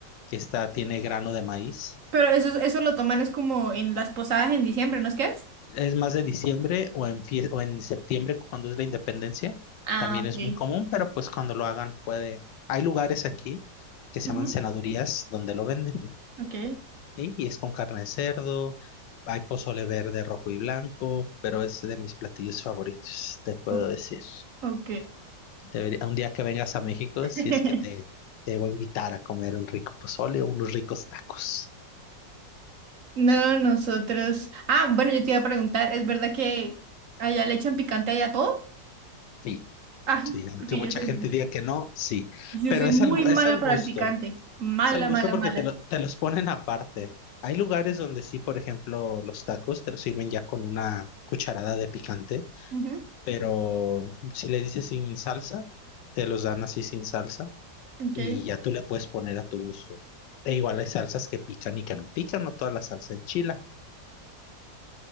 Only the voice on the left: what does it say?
que está, tiene grano de maíz.
Es más de diciembre o en, fie- o en septiembre cuando es la independencia.
También
es muy común, pero pues cuando lo hagan puede. Hay lugares aquí que se
llaman senadurías donde lo venden.
¿sí? Y es con carne de cerdo, hay pozole verde, rojo y blanco, pero es de mis platillos favoritos, te puedo
decir.
Debería- un día que vengas a México,
si es que te, te voy a invitar a comer un rico pozole o unos ricos tacos.
Sí.
Sí, aunque
mucha
gente diga que no, sí.
Pero
es
al,
es al
gusto.
Es al gusto
porque
te, lo- te los ponen aparte. Hay lugares donde sí, por ejemplo, los tacos te los sirven ya con una cucharada de picante,
pero si le dices sin salsa, te los dan así sin salsa
y ya tú le puedes poner a tu gusto. E igual hay salsas que pican y que no pican, no toda la salsa enchila,